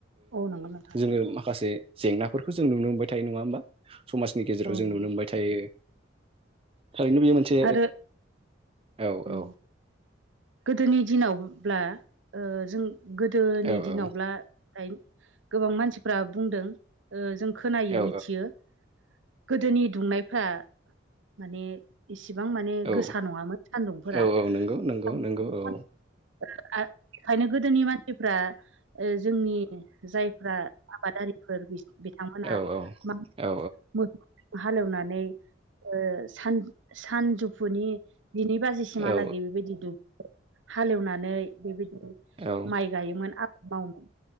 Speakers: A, on the right; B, on the right.
A: औ नंगौ नोंथां
B: जोङो माखासे जेंनाफोरखौ जों नुनो मोनबाय थायो नङा होमबा समाजनि गेजेराव
A: औ
B: जों
A: नंगौ
B: नुनो मोनबाय थायो थारैनो बियो मोनसे
A: आरो
B: औ
A: नंगौ
B: औ
A: गोदोनि दिनावब्ला जों गोदोनि
B: औ
A: दिनावब्ला
B: औ
A: दाय गोबां मानसिफ्रा बुंदों जों खोनायो
B: औ
A: मिथियो गोदोनि दुंनायफ्रा माने इसिबां माने
B: औ
A: गोसा नङामोन सान्दुंफोरा
B: औ औ नंगौ नंगौ
A: <unintelligible>
B: नंगौ
A: ओ <unintelligible>
B: औ
A: बेखायनो गोदोनि मान सिफ्रा ओ जोंनि जायफ्रा आबादारिफोर बिथांमोना
B: औ
A: मा
B: औ
A: मोसौजों हालेवनानै ओ सन सानजौफुनि दिनै बाजिसिमहालागै
B: औ
A: बेबायदि दु हालेवनानै बेबायदि
B: औ
A: माइ गायोमोन । मावोमोन